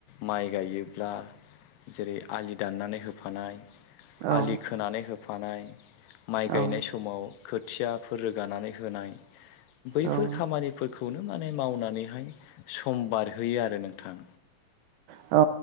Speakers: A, on the left; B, on the right.
A: माइ गायोब्ला जेरै आलि दाननानै होफानाय
B: औ
A: आलि खोनानै हो फानाय माइ गायनाय
B: औ
A: समाव खोथियाफोर रोगानानै होनाय। बैफोर
B: औ
A: खामानिफोरखौनो माने मावनानैहाय सम बारहोयो आरो नोंथां।
B: औ